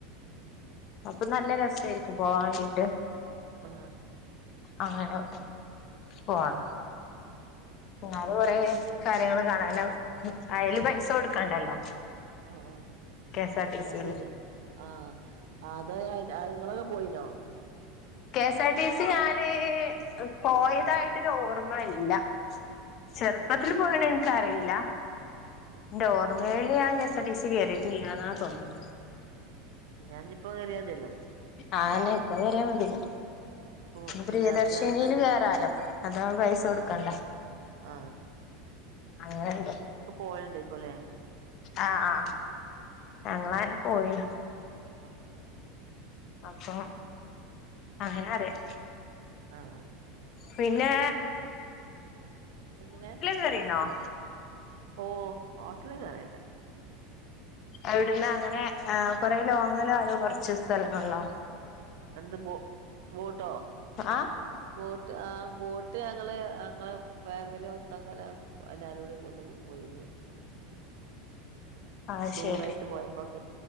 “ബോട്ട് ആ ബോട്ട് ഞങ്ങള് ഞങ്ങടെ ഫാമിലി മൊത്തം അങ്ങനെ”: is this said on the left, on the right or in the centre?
Right